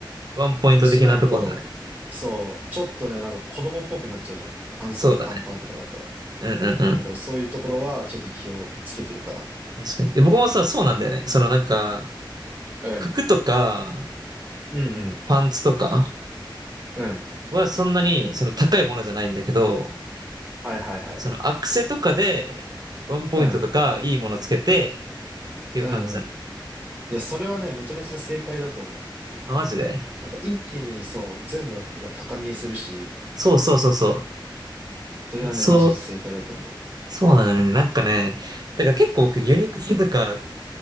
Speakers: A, on the right (about 50°); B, on the right (about 20°).
A: ワンポイント的なとこだね。
B: しないと、そう、ちょっとね、なんか子供っぽくなっちゃうじゃん。半袖短パンとかだったら。
A: そうだね。うんうんうん。
B: だからそういうところはちょっと気をつけてるかな。
A: 確かに。え僕もさ、そうなんだよね。そのなんか、
B: うん。
A: 服とか、
B: うんうん。
A: パンツとか
B: うん。
A: はそんなに、その高いものじゃないんだけど、
B: はいはいはい。
A: そのアクセとかで、ワンポイントとか、
B: うん。
A: いいものつけて、っていう感じだ。
B: うんうん。いや、それはね、めちゃめちゃ正解だと思う。
A: あ、マジで。
B: なんか一気にそう、全部の服が高見えするし、
A: そうそうそうそ
B: それはね、
A: う。そう、
B: マジで正解だと思うよ。
A: そうなのよね。なんかね、だから結構僕ユニクロとか